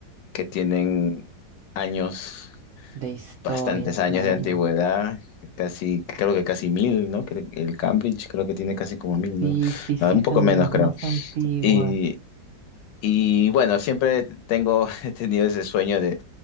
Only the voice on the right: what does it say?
De historia,
claro.
Sí,
sí, sí,
son
de las
más antiguas.